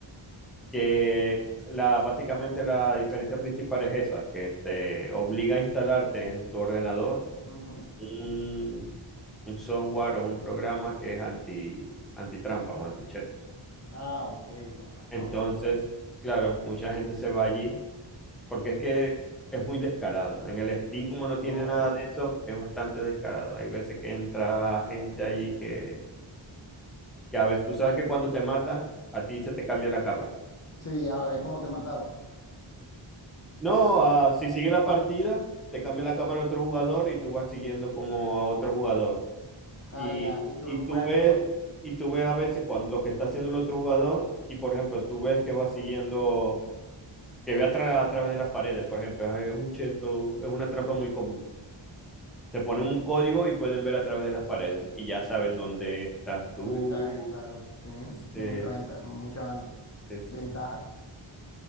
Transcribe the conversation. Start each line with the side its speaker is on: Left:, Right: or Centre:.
Centre: que la, básicamente la diferencia principal es esa, que te obliga a instalarte en tu ordenador
Left: Ujú.
Centre: un, un software o un programa que es anti, antitrampa o antichetos.
Left: Ah, ok, con razón.
Centre: Entonces, claro, mucha gente se va allí porque es que es muy descarado. En el Steam, como no tiene
Left: Uf.
Centre: nada de eso, es bastante descarado. Hay veces que entra gente allí que, que a veces tú sabes que cuando te matan, a ti se te cambia la cámara.
Left: Sí, a ver cómo te mataron.
Centre: No, ah, si sigue la partida, te cambia la cámara a otro jugador y tú vas siguiendo como a otro jugador.
Left: Ah,
Centre: Y,
Left: ya, y tú
Centre: y
Left: los
Centre: tú
Left: puedes
Centre: ves,
Left: ver
Centre: y tú ves a veces cuando lo que está haciendo el otro jugador, y por ejemplo, tú ves que va siguiendo, que ve a, tra- a través de las paredes, por ejemplo, es un cheto, es una trampa muy común. Se ponen un código y pueden ver a través de las paredes y ya saben dónde estás
Left: dónde
Centre: tú.
Left: estás y claro, tienen mucha
Centre: eh,
Left: venta, mucha van-
Centre: Sí, sí.
Left: ventaja.